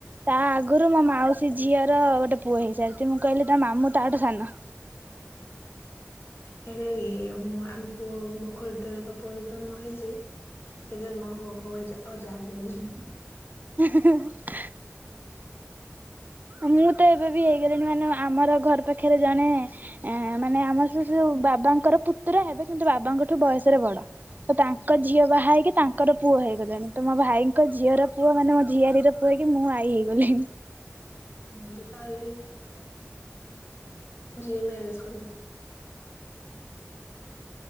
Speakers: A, on the right; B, on the left.
A: ତା ଆଗରୁ ମୋ ମାଉସୀ ଝିଅ ର ଗୋଟେ ପୁଅ ହେଇସାରଚି। ମୁଁ କହିଲି ତା ମାମୁଁ ତାଠୁ ସାନ।
B: ହେଲା କି ମୁଁ ଆମ ମୋ ଖୁଡି ଦାଦା ଙ୍କ ପୁଅ ଯେତେବେଳେ ନ ହେଇଚି ସେ ଜନ୍ମ ହୋଉ ହୋଉ ଅଜାା ହେଇଯାଇଚି।
A: <inaudible> ମୁଁ ତ ଏବେ ବି ହେଇଗଲିଣି ମାନେ ଆମର ଘର ପାଖରେ ଜଣେ ମାନେ ଆମ ସ ବାବାଙ୍କର ପୁତୁରା ହେବେ କିନ୍ତୁ ବାବାଙ୍କଠୁ ବୟସରେ ବଡ। ତ ତାଙ୍କ ଝିଅ ବାହା ହେଇକି ତାଙ୍କର ପୁଅ ହେଇଗଲାଣି। ତ ମୋ ଭାଇଙ୍କ ଝିଅର ପୁଅ ମାନେ ମୋ ଝିଆରୀ ର ପୁଅ ହେଇକି ମୁଁ ଆ ଆଈ ହେଇଗଲିଣି।
B: ମୁଁ ବି ତ ଆଈ ହେଇସାରିଲିନି। ଯିଏ ମ୍ୟାରେଜ। <unintelligible>